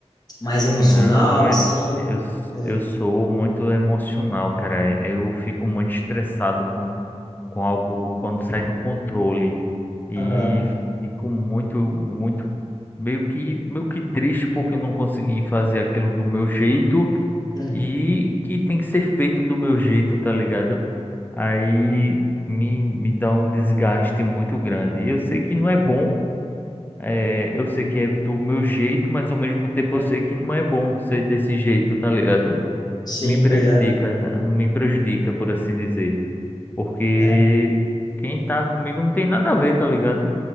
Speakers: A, on the left (about 35°); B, on the left (about 15°).
A: mais emocional,
B: não, é-
A: assim.
B: eu, s-
A: Eh,
B: eu sou muito emocional, cara. É, Eu fico muito estressado com, com algo quando sai do controle. E
A: Aham.
B: fico muito, muito, meio que, meio que triste porque eu não consegui fazer aquilo do meu jeito
A: Uhum.
B: e que tem que ser feito do meu jeito, tá ligado? Aí me, me dá um desgaste muito grande. eu sei que não é bom. É, eu sei que é do meu jeito, mas ao mesmo tempo
A: É.
B: eu sei que não é bom ser desse jeito, tá ligado?
A: Sim,
B: Me prejudica,
A: pois é.
B: me prejudica, por assim dizer. Porque
A: É.
B: quem tá comigo não tem nada a ver, tá ligado?